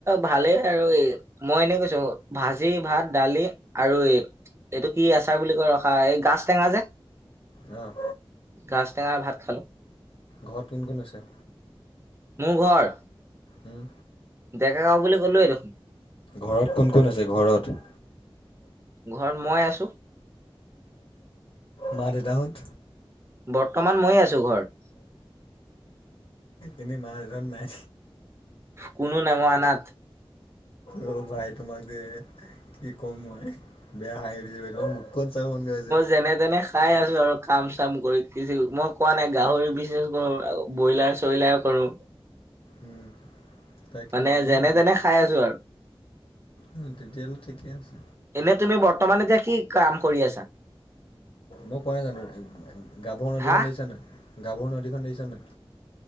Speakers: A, on the right; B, on the left.
A: ভালেই আৰু এই। মই এনে কৈছো ভাজি ভাত দালি আৰু এই এইটো কি আচাৰ বুলি কয় ৰখা এই গাজ টেঙা যে।
B: অ'।
A: গাজ টেঙাৰ ভাত খালো।
B: ঘৰত কোন কোন আছে?
A: মোৰ ঘৰ?
B: উম,
A: ডেকা গাঁও বুলি ক'লোয়ে দেখোন।
B: ঘৰত কোন কোন আছে ঘৰত?
A: ঘৰত মই আছো।
B: মা দেউতাহঁত?
A: বৰ্তমান ময়ে আছো ঘৰত।
B: এনে মা দেতা নাই?
A: কোনো নাই অনাথ।
B: অ', ভাই তোমাক যে কি কম মই। বেয়া হাঁহি উঠিছে বে তোমাৰ মুখখন চাব মন গৈছে।
A: তেনে তেনে খাই আছো আৰু কাম চাম কৰি কিছ মই কোৱা নাই গাহৰি বিচনেজ কৰো ব্ৰইলাৰ চইলাৰ কৰো।
B: উম তাকে
A: মানে
B: মই
A: যেনে তেনে খাই আছো আৰু।
B: অ', তেতিয়া হ'লে ঠিকে আছে।
A: এনে তুমি বৰ্তমানে কি কাম কৰি আছা?
B: মই কোৱা নাই জানো গাভৰু নদীখন
A: হা
B: দেখি চানে নাই? গাভৰু নদীখন দেখিচানে নাই